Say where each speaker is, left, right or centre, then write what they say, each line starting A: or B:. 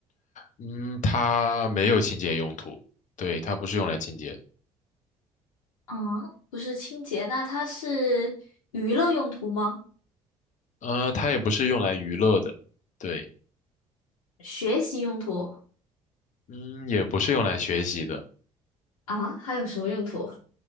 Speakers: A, on the left; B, on the left.
A: 嗯它没有清洁用途，对它不是用来清洁的，
B: 啊，不是清洁，那它是娱乐用途吗？
A: 呃它也不是用来娱乐的，对，
B: 学习用途
A: 嗯也不是用来学习的，
B: 啊？还有什么用途？